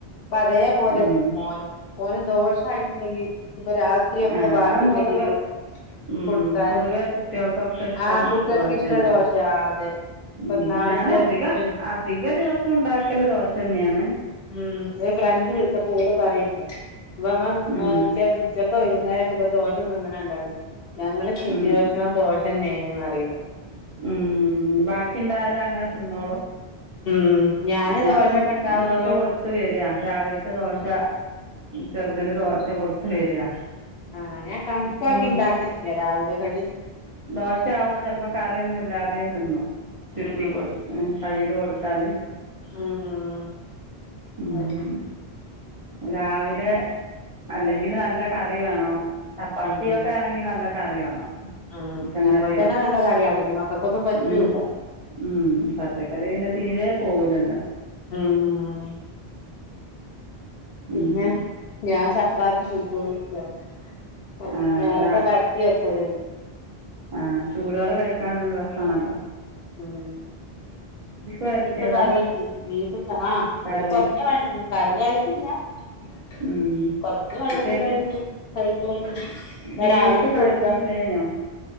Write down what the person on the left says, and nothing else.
അപ്പ അതേപോലെ
മോനും മോനും ദോഷ ആയിട്ടുണ്ടെങ്കിൽ ഇപ്പ രാത്രി ഒക്കെ
ബാക്കി
ഉണ്ടെങ്കി
കൊടു
കൊടുത്താല്
ആഹ് കുട്ടികൾക്ക്
ഇഷ്ട ദോശയാ അതെ
ഇന്നാളിന്റെ
ഒരു
ഉം ഒരു ഫ്രണ്ട് വിളിച്ചപ്പോ ഓള് പറയണ്ട് അപ്പ
ചെക്ക നേര ചെപ്പോത്തെ ദോഷ തൊന്നന ഉണ്ടണ്ട് ഞങ്ങൾ കൃഷ
വെയ്ക്കണ ദോഷ തന്നെ അറ
ഉം ഞാന്
ദോശൊക്കെ
ഉണ്ടാക്കുമ്പോ
ഉം
ആ ഞാൻ കണക്കാക്കി
ഇണ്ടാക്കലില്ലാ രാവിലെകളിൽ
ഉം
ഉം ഉം
അതെ
ഉം ഉം
ഉം
ഞമ്മക്ക്
തന്നെ നല്ല കറിയാണ് പിന്നെ മക്കക്കേന്നും പറ്റൂല്ലാ
ഉം ഉം പിന്നെ
ഞാൻ ചപ്പാത്തി ചുട്ടോണ്ടി <unintelligible>
നേരെത്തെ
പരെത്തി വെച്ചത്
ഉം
ബീഫ് കറി ബീഫ് ആ
ഒര് കൊറഞ്ഞ കറി ആയിട്ടില്ലാ <unintelligible>